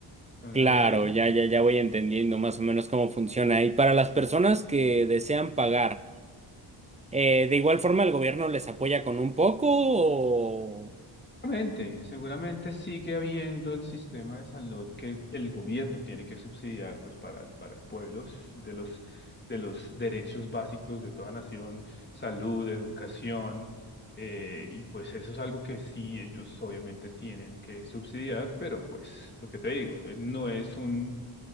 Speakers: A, on the left; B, on the right.
A: Entonces,
B: Claro, ya, ya, ya voy entendiendo más o menos cómo funciona. Y para las personas que desean pagar, eh, ¿de igual forma el gobierno les apoya con un poco o...
A: Seguramente, seguramente sigue habiendo el sistema de salud que el gobierno tiene que subsidiar pues para, el- para el pueblo es de los, de los derechos básicos de toda nación, salud, educación, eh, y pues eso es algo que sí ellos obviamente tienen que subsidiar, pero pues lo que te digo, eh, no es un